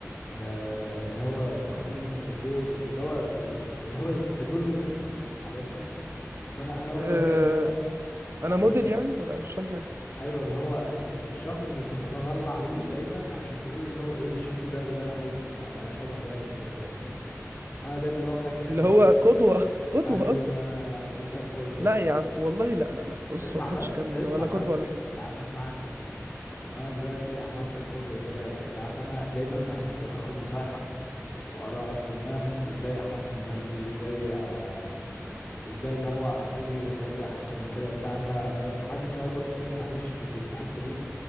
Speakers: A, on the left (about 35°); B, on the right (about 50°).
A: آه، اللي هو تاخد منه دور اللي هو اللي هو اسم- الرول موديل عارفها فانا انا واخدك
B: أه...
A: كده دايما آه، آه،
B: انا موديل يعني ولا أنا مش فاهم حاجه
A: ايوه اللي هو ال- الشخص اللي تتطلع ليه دايما عشان تقول اللي هو ايه الشخص ده اللي انا عايز ابقى شبهه يعني وكده فاهمني فانا دايما واخدك اللي
B: اللي هو
A: هو
B: قدوة قدوة
A: ايوه
B: قصدك
A: انت القدوة
B: لا
A: بن...
B: يا عم والله لا لا لا بص
A: اسمع
B: ما بحبش
A: بس
B: الكلام
A: اسمع
B: ده انا ولا
A: طب
B: قدوة ولا حاجة
A: يا عم اسمعني فانا دلوقتي حاسك قدوه كده وبتاع فانا دايما بحب اخد نصايحك وارائك في ان انا مثلا ازاي احسن من نفسي ازاي آه، ازاي اللي هو اخلي حياتي احسن وكده وبتاع فعندي سؤال برضو تاني معلش في الحته دي